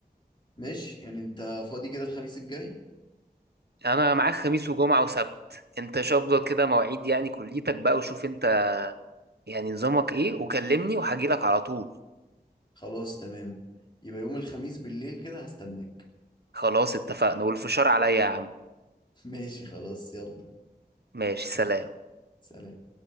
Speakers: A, on the left; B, on the right.
A: ماشي يعني انت فاضي كده الخميس الجاي
B: انا معاك خميس وجمعة وسبت انت شوف كده مواعيد يعني كليتك بقى وشوف انت يعني نظامك ايه وكلمني وهجيلك على طول
A: خلاص تمام يبقى يوم الخميس بالليل كده هستناك
B: خلاص اتفقنا والفشار عليا يا عم
A: <laughs> ماشي خلاص يلا
B: ماشي سلام
A: سلام